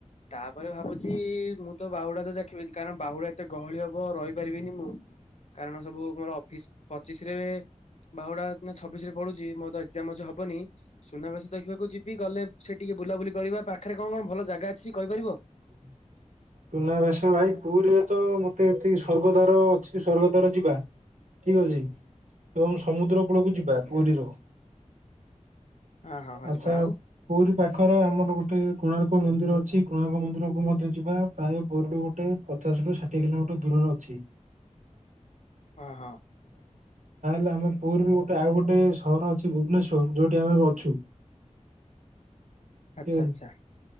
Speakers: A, on the left (about 60°); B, on the right (about 75°).
A: ତାପରେ ଭାବୁ ଛି ମୁଁ ତ ବାହୁଡା ତ ଦେଖିବିନି କାରଣ ବାହୁଡା ଏତେ ଗହଳି ହବ ରହିପାରିବିନି ମୁଁ। କାରଣ ସବୁ ମୋର ଅଫିସ ପଚିଶରେ ବାହୁଡା ଛବିଶିରେ ପଢୁଚି ମୋର ତ ଏଗଜାମ ଅଛି ହବନି ସୁନାବେଶ ଦେଖିବାକୁ ଯିବି ଗଲେ ସେ ଟିକେ ବୁଲାବୁଲି କରିବା ପାଖରେ କଣ କଣ ଭଲ ଜାଗା ଅଛି କହିପାରିବ?
B: ହ <inaudible> ସୁନାବେଶ ଭାଇ ପୁରୀରେ ତ ମତେ ଏତିକି ସ୍ୱର୍ଗଦ୍ୱାର ଅଛି ସ୍ୱର୍ଗଦ୍ୱାର ଯିବା। ଠିକଅଛି ଏବଂ ସମୁଦ୍ର କୂଳକୁ ଯିବା ପୁରୀର।
A: ହଁ ହଁ ହଁ
B: ଆଚ୍ଛା
A: ଯିବା ଆଉ
B: ପୁରୀ ପାଖର ଆମର ଗୋଟେ କୋଣାର୍କ ମନ୍ଦିର ଅଛି କୋଣାର୍କ ମନ୍ଦିର କୁ ମଧ୍ୟ ଯିବା ପ୍ରାୟ ପୋରୀରୁୁ ଗୋଟେ ପଚାଶରୁ ଷାଠିଏ କିଲୋମିଟର ଦୂରରେ ଅଛି।
A: ହଁ ହଁ।
B: ଆମ ପୁରୀରୁ ଗୋଟେ ଆଉ ଗୋଟେ ସହର ଅଛି ଭୁବନେଶ୍ଵର ଯୋଉଠି ଆମେ ଅଛୁ।
A: <inaudible>
B: ଏ
A: ଆଚ୍ଛା।